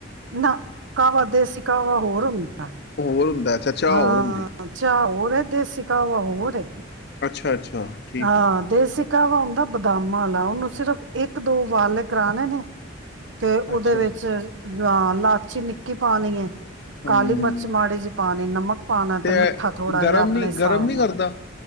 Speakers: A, on the right; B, on the left.
A: <unintelligible> ਕਾਹਵਾ ਦੇਸੀ ਕਾਹਵਾ ਹੋਰ ਹੁੰਦਾ।
B: ਹੋਰ ਹੁੰਦਾ ਅੱਛਾ ਚਾਹ
A: ਹਾਂ
B: ਹੋਰ ਹੁੰਦੀ
A: ਚਾਹ ਹੋਰ ਹੈ ਦੇਸੀ ਕਾਹਵਾ ਹੋਰ ਏ।
B: ਅੱਛਾ ਅੱਛਾ ਠੀਕ
A: ਹਾਂ
B: ਹੈ
A: ਦੇਸੀ ਕਾਵਾ ਹੁੰਦਾ ਬਦਾਮਾਂ ਵਾਲਾ ਉਹਨੂੰ ਸਿਰਫ਼ ਇੱਕ ਦੋ ਵਾਲੇ ਕਰਾਣੇ ਨੇ ਤੇ ਉਹਦੇ
B: ਅੱਛਾ
A: ਵਿੱਚ ਅ ਲਾਚੀ ਨਿੱਕੀ ਪਾਣੀ ਏ ਕਾਲੀ
B: ਹਮ
A: ਮਰਚ ਮਾੜੀ ਜੀ ਪਾਣੀ ਨਮਕ ਪਾਉਣਾ ਤੇ ਮਿੱਠਾ
B: ਇਹ
A: ਥੋੜਾ
B: ਗਰਮ
A: ਜਿਹਾ ਆਪਣੇ
B: ਨੀ
A: ਹਿਸਾਬ
B: ਗਰਮ ਨੀ
A: ਨਾਲ
B: ਕਰਦਾ